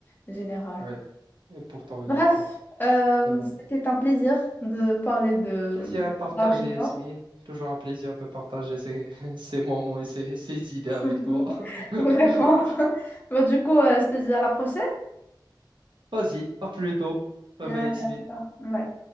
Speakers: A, on the left (about 25°); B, on the right (about 85°).
A: générale.
B: oui, et pour t'orienter,
A: Bref, euh,
B: c'est vrai.
A: c'était un plaisir de parler de
B: Plaisir est partagé,
A: avec
B: Yasmine.
A: toi.
B: Toujours un plaisir de partager ces, <laughs> ces moments et ces, ces idées
A: <laughs>
B: avec toi. <laughs>
A: Vraiment. Bon, du coup, euh, je te dis à la prochaine.
B: Vas-y, à plus tôt. Bye
A: Allez,
B: bye, Yasmine.
A: à plus tard. Bye.